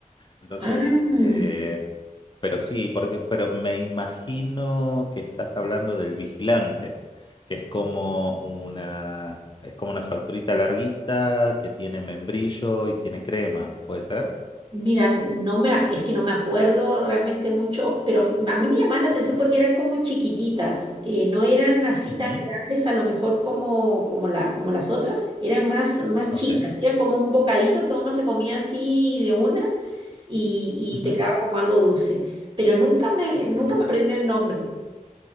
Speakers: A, on the left; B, on the right.
A: Entonces,
B: Ah,
A: eh, pero sí, porque, pero me imagino que estás hablando del vigilante, que es como una, es como una facturita larguita que tiene membrillo y tiene crema, ¿puede ser?
B: mira, no me, a- es que no me acuerdo realmente mucho, pero a mí me llamaban la atención
A: Ujú.
B: porque eran como chiquititas, eh, no eran así
A: Ujú,
B: tan grandes a lo mejor como, como, la, como las otras, eran más, más
A: Ok.
B: chicas, era como un bocadito que uno se comía así de una y, y
A: Ujú,
B: te quedaba como algo dulce, pero nunca me, nunca
A: ¿no?
B: me aprendí el nombre.